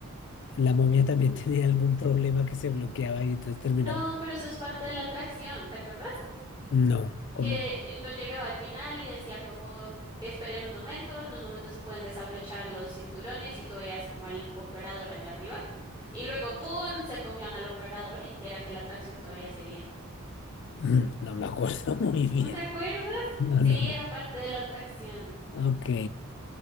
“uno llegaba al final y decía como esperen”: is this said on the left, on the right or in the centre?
Right